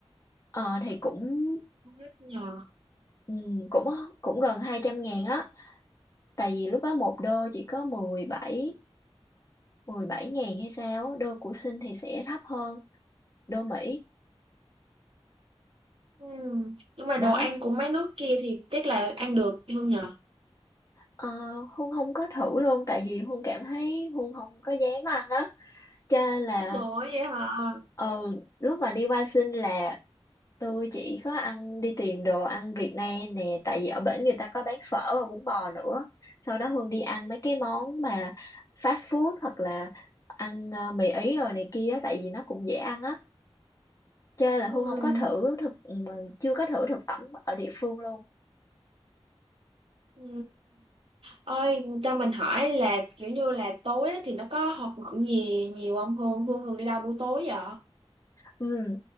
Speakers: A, on the left (about 35°); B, on the right (about 60°).
A: ờ thì cũng
B: Không biết nhờ.
A: ừ, cũng cũng gần hai trăm ngàn á tại vì lúc đó một đô chỉ có mười bảy mười bảy ngàn hay sao á, đô của Sinh thì sẽ thấp hơn đô Mỹ
B: Ừ. Nhưng mà
A: đó
B: đồ ăn của mấy nước kia thì chắc là ăn được Hương nhờ.
A: ờ, Hương không có thử luôn tại vì Hương cảm thấy Hương không có dám ăn á cho nên là
B: Ủa vậy hả?
A: ừ lúc mà đi qua sinh là tôi chỉ có ăn đi tìm đồ ăn Việt Nam nè tại vì ở bển người ta có bán phở và bún bò nữa sau đó Hương đi ăn mấy cái món mà fast food hoặc là ăn ờ, mì Ý rồi này kia á, tại vì nó cũng dễ ăn á chơi là
B: Ừ.
A: Hương không có thử thực ừ, chưa có thử thực phẩm ở địa phương luôn
B: Ừ. Ơi, cho mình hỏi là kiểu như là tối á thì nó có hoạt động gì nhiều không Hương? Hương thường đi đâu buổi tối vậy?
A: ừ.